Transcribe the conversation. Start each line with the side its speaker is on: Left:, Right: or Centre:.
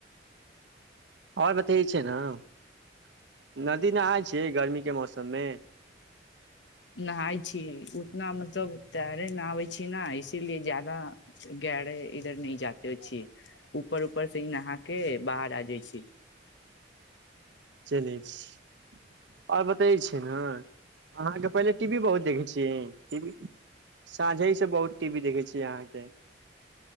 Right: आओर बतै छैय न नदी नहाय छीयय गर्मीे के मौसममे
Left: नहााय छी उतना मतलब तैरे न आबयबै छी न इसीलिए जादा गरे इधर नहि जाते छी ऊपर ऊपर से नहा के बाहर आ जाइ छी
Right: चलइ छी आओर बतै छै ने अहाँके पहिले टी वी बहुत देखै छिय साँझ से बहुत टी वी देखै छी अहाँके